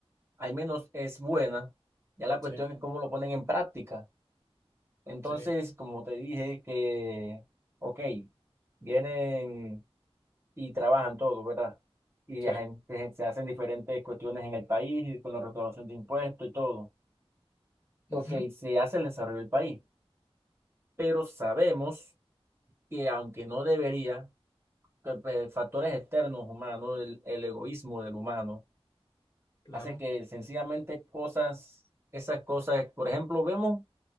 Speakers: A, on the right; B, on the left.
A: al menos es buena, ya la cuestión
B: sí,
A: es cómo lo ponen en práctica. Entonces,
B: sí,
A: como te dije, que, ok, vienen y trabajan todos, ¿verdad? Y
B: sí.
A: la gente- se hacen diferentes cuestiones en el país, con la recaudación de impuestos y todo. Ok,
B: Ujú,
A: se hace el desarrollo del país, pero sabemos que aunque no debería, que, pues, factores externos humanos, el, el egoísmo del humano,
B: claro,
A: hace que sencillamente cosas, esas cosas, por ejemplo, vemos,